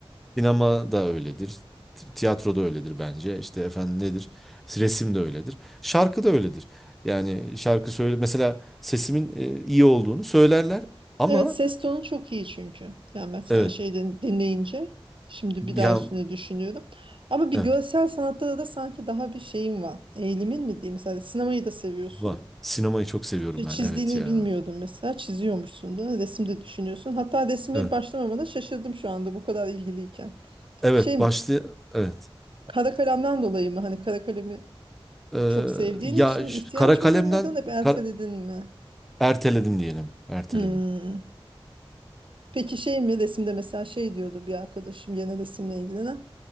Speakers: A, in the centre; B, on the right.
A: Sinema da öyledir. t- Tiyatro da öyledir bence. İşte efendim nedir? Resim de öyledir. Şarkı da öyledir. Yani şarkı söyle mesela sesimin e, iyi olduğunu söylerler ama
B: Evet ses tonu çok iyi çünkü. Yani mesela
A: evet
B: şeyden dinleyince şimdi bir daha
A: ya
B: üstüne düşünüyorum. Ama bir
A: evet,
B: görsel sanatta da sanki daha bir şeyin var. Eğilimin mi diyeyim? Mesela sinemayı da seviyorsun.
A: var. Sinemayı çok seviyorum
B: Ç-
A: ben.
B: Çizdiğini
A: Evet ya.
B: bilmiyordum mesela. Çiziyormuşsun da Resim de düşünüyorsun. Hatta resme
A: Evet.
B: başlamamana şaşırdım şu anda bu kadar ilgiliyken.
A: Evet
B: Şey mi
A: başlı evet.
B: Kara kalemden dolayı mı? Hani kara kalemi
A: Ee,
B: çok sevdiğin
A: ya
B: için
A: ş-
B: ihtiyaç
A: kara kalemden
B: mı duymadın, hep erteledin
A: kar-
B: mi?
A: erteledim diyelim. Erteledim.
B: Hmm. Peki şey mi? Resimde mesela şey diyordu bir arkadaşım yine resimle ilgilenen.